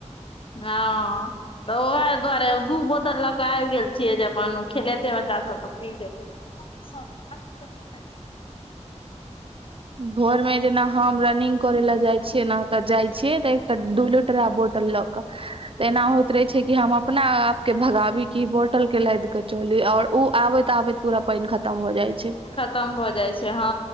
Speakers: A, on the left; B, on the right.
A: हँ। तऽ ओहै दुआरे दू बोतल लऽ कऽ आइब गेल छियै जे अपन खेलेतै बच्चा सब तऽ पी लेतै। <unintelligible>
B: भोर में जेना हम रनिंग करै लए जाइ छियै न तऽ जाइ छियै तऽ एकटा दू लो ट्रा बोटल लऽ कऽ तऽ एना होइत रहै छै की हम अपना आ के भगाबी की बोटल के लाइद कऽ चली और उ आबैत-आबैत पूरा पइन खतम हो जाइ छै।
A: खतम भऽ जाइ छै हँ